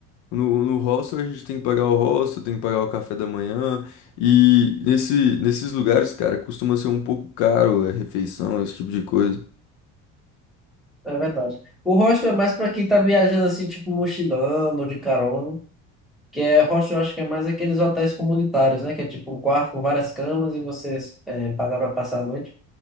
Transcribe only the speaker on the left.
No, no hostel a gente tem que pagar o hostel, tem que pagar o café da manhã. E nesse, nesses lugares, cara, costuma ser um pouco caro a refeição, esse tipo de coisa.